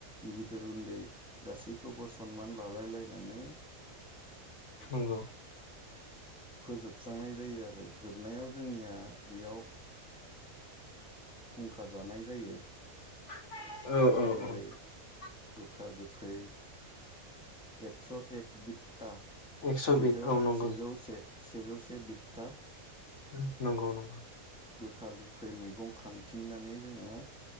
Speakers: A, in the centre; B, on the left (about 60°).
A: गिदिर उन्दै गासैखौबो सनमान लालायलायनानै
B: नंगौ
A: फोजोबस्रांनाय जायो आरो जोबनायाव जोंनिया बेयाव खुंखा जानाय जायो
B: औ औ
A: जेरै
B: औ
A: गोखा गोखै एक्स एक बि था
B: एकस'
A: सेजौ
B: बिद औ नंगौ
A: सेजौ से सेजौ से बिथ्ता
B: ओं नंगौ नंगौ
A: गोखा गोखै मै गं खांथिंनानै जोङो